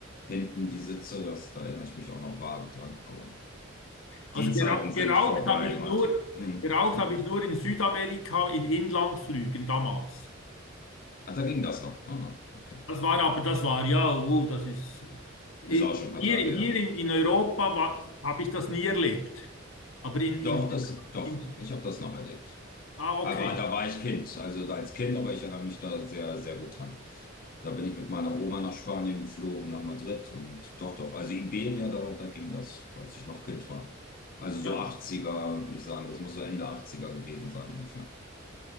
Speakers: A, on the left (about 45°); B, on the left (about 85°).
A: Hinten die Sitze, das, da erinnere ich mich auch noch vage dran, aber
B: Also
A: die
B: gera
A: Zeiten sind
B: geraucht
A: vorbei,
B: habe ich
A: Martin.
B: nur,
A: Hm,
B: geraucht
A: Ja.
B: habe ich nur in Südamerika in Inlandflügen damals.
A: Ah, da ging das noch. Ah, okay.
B: Das war aber, das war ja, uh, das ist hier,
A: Ist auch schon ein paar
B: hier
A: Tage ja.
B: in, in Europa habe ich das nie erlebt. Aber in, in,
A: Doch, das, doch,
B: in
A: ich habe das noch erlebt.
B: ah, okay.
A: Aber da war ich Kind, also da als Kind, aber ich erinnere mich da sehr, sehr gut dran. Da bin ich mit meiner Oma nach Spanien geflogen, nach Madrid und doch, doch, also Iberia, da, da ging das, als ich noch Kind war. Also so
B: Ja,
A: Achtziger würde ich sagen, das muss so Ende Achtziger gewesen sein ungefähr.